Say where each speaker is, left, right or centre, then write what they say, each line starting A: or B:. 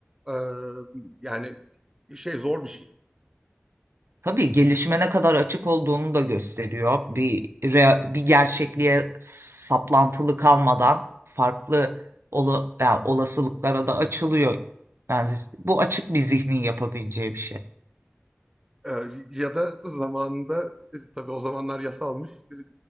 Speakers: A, on the right; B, on the right.
A: e, yani şey zor bir şey.
B: tabii gelişime ne kadar açık olduğunu da gösteriyor. Bir rea- bir gerçekliğe saplantılı kalmadan farklı ola- yani olasılıklara da açılıyor. Yani z- bu açık bir zihnin yapabileceği bir şey.
A: Ee, ya da zamanında, e, tabii o zamanlar yasalmış, eee,